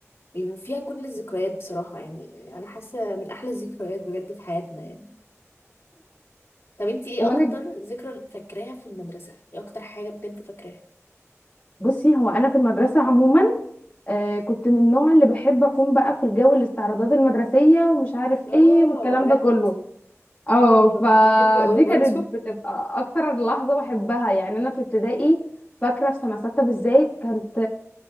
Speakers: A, on the left; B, on the left.
A: يعني، وفيها كل الذكريات بصراحة يعني أنا حاسة من أحلى الذكريات بجد في حياتنا يعني طب انتي
B: وانا
A: ايه أكتر
B: ج-
A: ذكرى فاكراها في المدرسة؟ ايه أكتر حاجة بجد فاكراها؟
B: بصي هو انا في المدرسه عموما آه، كنت من النوع اللي بحب اكون بقى في الجو الاستعراضات المدرسيه ومش عارف
A: اه
B: ايه والكلام
A: بجد
B: ده كله اه
A: أيوه
B: فدي
A: كنت بحبه قوي برضو
B: كانت بتبقى اكتر لحظه بحبها يعني انا في ابتدائي فاكره في سنه سته بالذات كانت